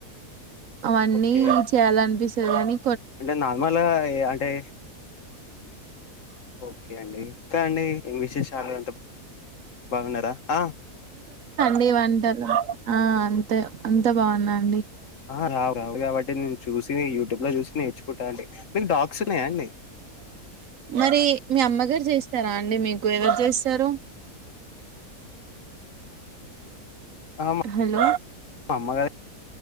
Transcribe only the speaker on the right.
అవన్నీ
చేయాలనిపిస్ ఊ అని
మీ వంటలు ఆ అంతే అంతా బావున్నా అండి
మరి మీ అమ్మగారు జెస్ సరా అండి మీకు ఎవరు జెస్సరు
హలో